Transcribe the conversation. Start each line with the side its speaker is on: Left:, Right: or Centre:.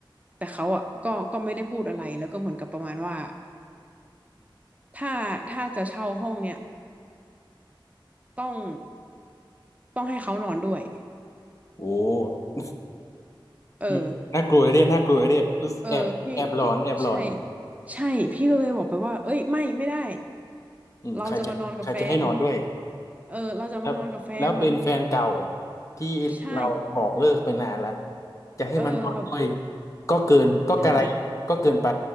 Right: แต่เขาอ่ะก็ก็ไม่ได้พูดอะไรแล้วก็เหมือนกับประมาณว่าถ้าถ้าจะเช่าห้องเนี่ย ต้องต้องให้เขานอนด้วย
Left: โอ้
Right: เออ
Left: รู้น่ากลัวเลยเนี่ยน่ากลัวเลยเนี่ยรู้สึกแอบแอบหลอนแอบหลอน
Right: เออพี่พี่ใช่ใช่พี่ก็เลยบอกไปว่าเอ้ยไม่ไม่ได้
Left: อืมใครจะใครจะให้นอนด้วย
Right: เราจะมานอนกับแฟนเออเราจะมานอนกับแฟนแบบ
Left: ครับแล้วเป็นแฟนเก่าที่เราบอกเลิกไปนานละ
Right: ใช่
Left: จะให้มันนอนด้วย
Right: เออแบบ
Left: ก็เกินก็กระไรอยู่ก็เกินไป
Right: ใช่